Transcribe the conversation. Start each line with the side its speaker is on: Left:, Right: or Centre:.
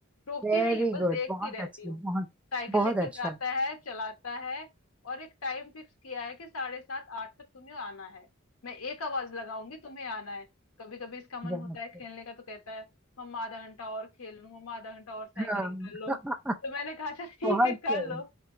Left: टोकती
Centre: वेरी
Left: नहीं बस
Centre: गुड
Left: देखती
Centre: बहुत
Left: रहती
Centre: अच्छी
Left: हूँ
Centre: बहुत
Left: साइकिल
Centre: बहुत
Left: लेकर
Centre: अच्छा
Left: जाता है चलाता है और एक टाइम फिक्स किया है कि साढ़े सात आठ तक तुम्हें आना है मैं एक आवाज लगाऊंगी तुम्हें आना है कभी कभी इसका मन
Centre: बहुत
Left: होता है
Centre: सही
Left: खेलने का तो कहता है मम्मा आधा घंटा और खेल लूं मम्मा आधा घंटा और साइकिलिंग
Centre: हाँ
Left: कर लो
Centre: <laughs>
Left: तो मैंने कहा अच्छा ठीक
Centre: बहुत
Left: है कर
Centre: सही
Left: लो